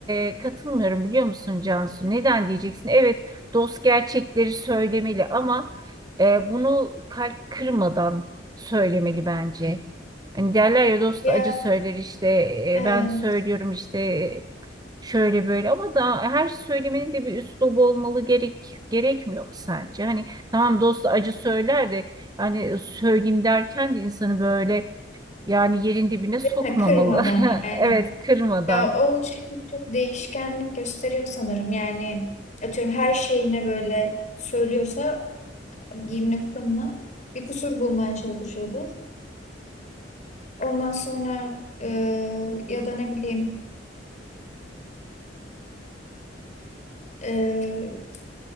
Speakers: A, on the right; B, on the left.
A: e, katılmıyorum biliyor musun Cansu? Neden diyeceksin? Evet dost gerçekleri söylemeli ama e, bunu kalp kırmadan söylemeli bence. Hani derler ya dost
B: Ya
A: acı söyler işte
B: evet.
A: e, ben söylüyorum işte e, şöyle böyle ama da her söylemenin de bir üslubu olmalı gerek gerekmiyor mu sence? Hani tamam dost acı söyler de hani söyleyeyim derken de insanı böyle yani yerin dibine sokmamalı.
B: Ha, kırmadan
A: <laughs>
B: aynen.
A: Evet, kırmadan.
B: Ya o şey çok değişkenlik gösteriyor sanırım. Yani atıyorum her şeyine böyle söylüyorsa giyimine kuşamına bir kusur bulmaya çalışıyordur. Ondan sonra e, ya da ne bileyim e,